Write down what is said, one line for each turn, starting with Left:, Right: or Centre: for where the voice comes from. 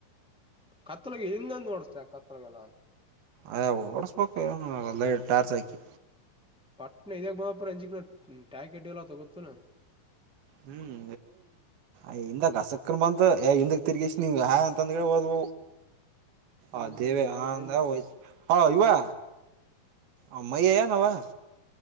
Centre: ಕತ್ತಲಗೆ ಹಿಂದಂದು ನೋಡ್ಸ್ ಕತ್ತಲಗೆಲ್ಲ
Right: ಅಯ ಓಡಸ್ಬೇಕ ಲೈಟ್ ಟಾರ್ಚ್ ಹಾಕಿ
Centre: ಪಟ್ಣ ಇದಾಗ ಬಂದ ಪುರ ಎಂಜಿಕ್ಕನ ಟ್ಯಾಕ್ಡ್ ಎಲ್ಲ ತೊಗೊತುನಾ
Right: ಹ್ಮ್ ಏ್ದಕ್ ಹಸಕ್ಕನ್ ಬಂತಏ ಹಿಂದ ತಿರುಗಷ್ಟ ನೀ ಹ ಅಂತ ಅಂದ ಹೋದ್
Centre: ಹ್ಮ್
Right: ಅದೇವ
Centre: ಬಾಳ
Right: ಹಾ
Centre: ಡೇಂಜರ್
Right: ತಾಯ್ ಹ ಇವಾ ಅ ಮೈಯ ಯ ನವಾ